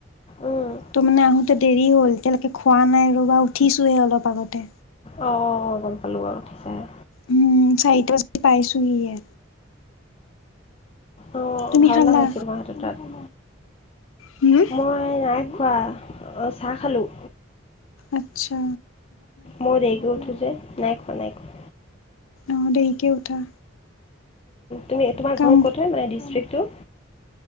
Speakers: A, on the left (about 30°); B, on the left (about 85°).
A: অঁ
B: তো মানে আহোতে দেৰি হ'ল এতিয়ালৈকে খোৱা নাই ৰবা উঠিছোহে অলপ আগতে
A: অ গম পালো বাৰু উঠিছাহে
B: উম চাইটা বজাত পাইছোহিহে
A: অ
B: তুমি
A: ভাওনা
B: খালা?
A: হৈছিল মাহঁতৰ তাত
B: হুম?
A: মই নাইখো অ চাহ খালোঁ
B: আতছা
A: মই দেৰিকৈ উঠো যে নাই খোৱা নাই খোৱা
B: অ দেৰিকে উঠা
A: তুমি তোমাৰ
B: কাম
A: ঘৰ ক'ত হয় মানে ডিষ্ট্ৰিকটো